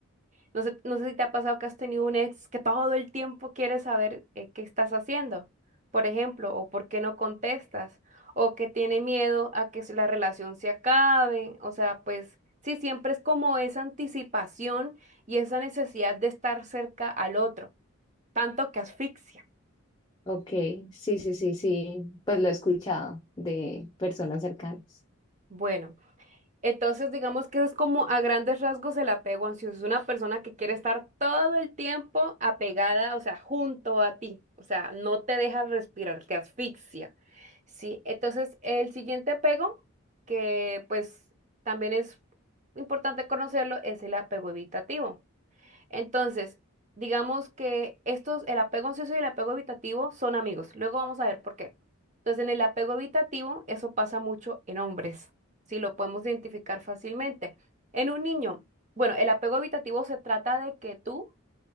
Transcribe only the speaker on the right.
No sé, no sé si te ha pasado que has tenido un ex que todo el tiempo quiere saber eh, qué estás haciendo, por ejemplo, o por qué no contestas, o que tiene miedo a que la relación se acabe. O sea, pues sí, siempre es como esa anticipación y esa necesidad de estar cerca al otro, tanto que asfixia.
Bueno. Entonces, digamos que es como a grandes rasgos el apego ansioso. Es una persona que quiere estar todo el tiempo apegada, o sea, junto a ti. O sea, no te deja respirar, te asfixia. Sí, entonces el siguiente apego, que pues también es importante conocerlo, es el apego evitativo. Entonces, digamos que estos, el apego ansioso y el apego evitativo son amigos. Luego vamos a ver por qué. Entonces, en el apego evitativo, eso pasa mucho en hombres, si lo podemos identificar fácilmente. En un niño, bueno, el apego evitativo se trata de que tú